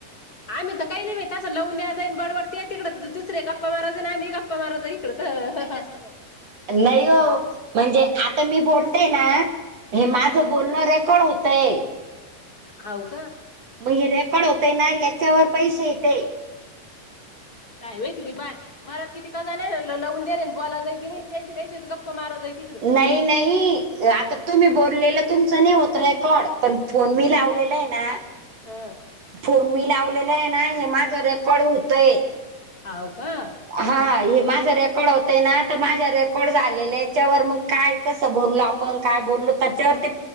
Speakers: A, on the left (about 45°); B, on the right (about 50°).
A: आम्ही काहीले कसं लावून द्या जाईन बडबडते तिकड दुसर गप्पा माराजई आणिम्हीप्पा माराज इकड तर होत
B: नाही हो म्हणजे आता मी बोलते ना हे
A: हा
B: माझं बोलणं रेकॉर्ड होतंय
A: हाव का
B: मग हे रेकॉर्ड होतय ना याच्यावर
A: आला.
B: पैसे येत
A: काय वती प बाय मलात किती कजा नाही लवून दले बोला जाईी त्याचीच गप्प मारा जाई तिकडे
B: नाही नाही आता तुम्ही बोललेलं तुमचं नाही होत रेकॉर्ड पण फोन मी लावलेला आहे
A: हा
B: फोन मी लावलेला आहे ना हे माझ रेकॉर्ड होतय
A: होव का
B: हा हे माझं रेकॉर्ड होतय ना तर माझा रेकॉर्ड झालेल्या याच्यावर मग काय कसं बोलल आपण काय बोललो त्याच्यावर ते